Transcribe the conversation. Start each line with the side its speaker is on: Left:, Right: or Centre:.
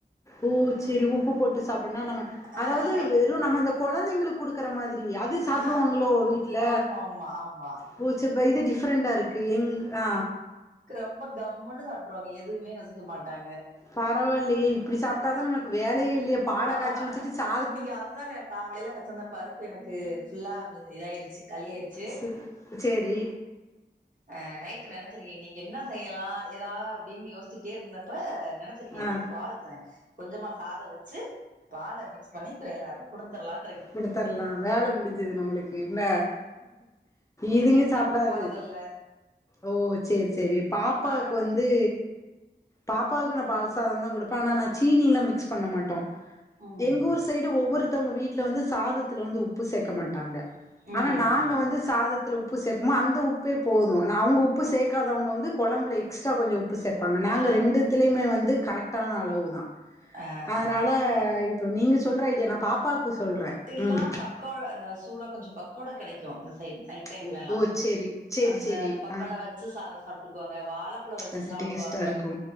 Left: ஓ சேரி உப்பு போட்டு சாப்பிடனோனா நம்ம அதாவது
Right: அ லைட்
Left: வெறு நம்ம இந்த கொழந்தைங்களுக் குடுக் க்குற மாதிரி அது சாப்புடுவாங்ளோ
Right: ஆ
Left: வீட்ல
Right: ஆமா ஆமா ஆமா.
Left: போச்சு அப்ப இது டிஃப்ரெண்டா இருக்கு எங்க ஆ
Right: க்ரொம்போ கம்முன்னு சாப்ட்ருவாங்க எதுவுமே யோசிக்க மாட்டாங்க
Left: பரவாயில்லையே இப்புடி சாப்பிட்டாதான் நமக்கு வேலயே இல்லையே பால
Right: ஆ
Left: காச்சி வச்சுட்டு சாப்
Right: இன்னைக்கு அதுதானங்க காலையில வச்ச அந்த பருப்பு எனக்கு ஃபுல்லா ந்தது இதாயிருச்சு காளி ஆயிருச்சு
Left: செ சேரி
Right: அ நைட் நெனச்சிருக்கே இன்னைக்கு என்ன செய்யலா ஏதா அப்டினு யோசிச்சுகிட்டே இருக்குந்தப்ப நெனச் ச்சுருகே
Left: ஆ
Right: நீ பால் அ கொஞ்சமா சாதோ வச்சு பால மிக்ஸ் பண்ணி க்கு எல்லாருக்கு குடுத்துரலானு
Left: குடுத்தரலா வேல முடிஞ்சது நம்மளுக்கு என்ன இதுங்க
Right: சாப்ட
Left: சாப்டாது
Right: போறதில்ல
Left: ஓ சேரி சேரி பாப்பாவுக்
Right: அதனால
Left: வந் து பாப்பாவுக்கு நான் பால்சாதன் தான் குடுப்பேன் ஆனா நான் சீனிலா மிக்ஸ் பண்ண மாட்டோ
Right: ம்
Left: எங்கூர் சைடு ஒவ்வொருத்தவுங்க வீட்ல வந்து சாதத்துல வந்து உப்பு சேக்க மாட்டாங்க
Right: ம்
Left: ஆனா நாங்க
Right: ம்
Left: வந்து சாதத்துல உப்பு சேப்பமா அந்த உப்பே போது அவுங்க உப்பு சேக்காதவுங்க வந்து குழம்புல எக்ஸ்ட்ரா கொஞ்சோ உப் உப்பு சேப்பாங்க நாங்க
Right: ஆ
Left: ரெண்டுத்திலயுமே வந்து கரெக்டான அளவு தான்
Right: ஆ
Left: அதனால
Right: ஆ
Left: இப்ப நீங்க சொல்ற ஐடியா நான் பாப்பாக்கு சொல்றே
Right: டில்லா
Left: ம்
Right: பக்கோ அந்த சூட கொஞ்சோ பக்கோடா கெடைக்கு இந்த சைட் நைட் டைம்ல்லலா
Left: ஓ ஓ சேரி சேரி
Right: அந்த
Left: சேரி
Right: பக்கோட
Left: ஆ
Right: வச்சு சாதம் சாப்புட்டுக்குவாங்க வாழப் ப்பழோ வச்சு
Left: அது
Right: சாப்புடுவாங்க
Left: டேஸ்ட்டா இருக்கு